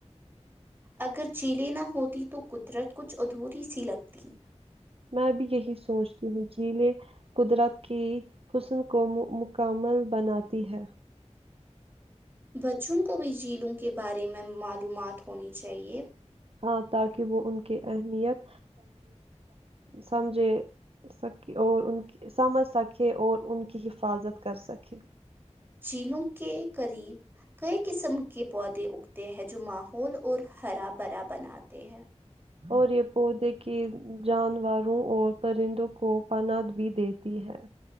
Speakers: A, on the right; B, on the right.
A: اگر چیلیں نہ ہوتی تو قدرت کچھ ادھوری ہی سی لگتی
B: میں بھی یہی سوچتی ہوں جیلیں قدرت کی حسن کو مکمل بناتی ہے
A: بچوں کو بھی جیلوں کے بارے میں معلومات ہونی چاہیے
B: ہاں تاکہ وہ ان کی اہمیت سمجھ سکیں اور ان کی حفاظت کر سکیں
A: شیلوں کہ قریب کئی قسم کے پودے اگتے ہیں جو ماحول اور ہرا بھرا بناتے ہیں
B: اور یہ پودے کے جانوروں اور پرندوں کو پاند بھی دیتی ہے